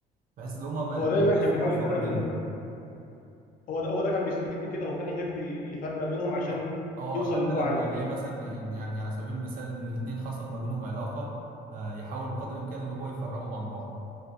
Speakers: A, on the right; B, on the left.
A: بحيث ان هم ما
B: هو
A: ما
B: دايما
A: يبقاش
B: كان
A: في
B: بيحاول
A: ألفة
B: يفرق
A: ما بينهم
B: بينهم هو ده هو ده كان بيستفيد من كده هو كان يحب ي- يفرق بينهم عشان
A: حت- اه
B: يوصل
A: حتى
B: اللي هو
A: لما
B: عايزه
A: يلاقي مثلا ان إن يعني على سبيل المثال ان الاثنين حصل ما بينهم علاقه آه، يحاول بقدر الامكان اللي هو يفرقهم عن بعض